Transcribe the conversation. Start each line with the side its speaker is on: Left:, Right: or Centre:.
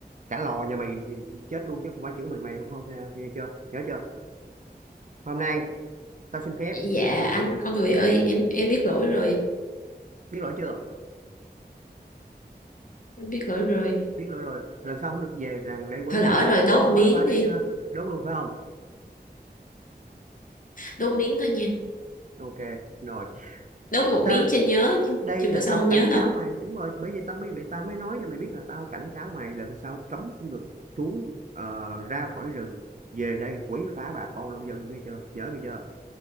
Right: cả lò nhà mày chết luôn chứ không phải chỉ có mình mày không thôi nghe chưa nhớ chưa hôm nay tao xin phép
Left: Dạ anh, con người ơi, em em biết lỗi rồi,
Right: biết lỗi chưa
Left: em biết lỗi rồi.
Right: biết lỗi rồi lần sau không được về rằng để quấy
Left: Thôi lỡ
Right: phá
Left: rồi, đốt
Right: không
Left: miếng
Right: quấy phá nữa
Left: đi,
Right: chưa đốt luôn phải không
Left: đốt miếng thôi nha.
Right: ok rồi
Left: Đốt một
Right: ta
Left: miếng cho nhớ, chứ,
Right: đây
Left: chứ
Right: là
Left: bữa sau
Right: tao
Left: không
Right: cảnh
Left: nhớ đâu.
Right: cáo mày đúng rồi bởi vì tao mới bị tao mới nói cho mày biết là tao cảnh cáo mày lần sau cấm không được xuống ờ, ra khỏi rừng về đây quấy phá bà con nông dân nghe chưa nhớ nghe chưa